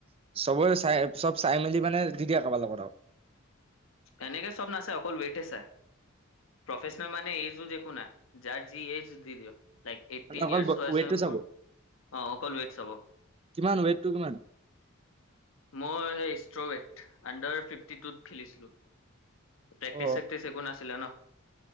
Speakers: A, on the right (about 25°); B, on the left (about 65°).
A: চবেই চাই চব চাই মেলি মানে তেতিয়া একবাৰালত <unintelligible> আৰু
B: এনেকে চব নাচাই অকল ৱেটে চাই প্ৰফেচনেল মানে এইজো একো নাই যাৰ যি এইজ দি দিয়ে লাইক এইটটিন
A: অকল
B: ইয়াৰ্চ হৈ
A: ৱেইটটো
B: আছে
A: চাব
B: মোৰ অ অকল ৱেট চাব
A: কিমান ৱেইটটো কিমান
B: মই সেই ষ্ট্ৰবেৰট আণ্ডাৰ ফিফটি টুত খেলিছিলো প্ৰেক্টিচ
A: অ
B: চেক্টিচ একো নাছিলে ন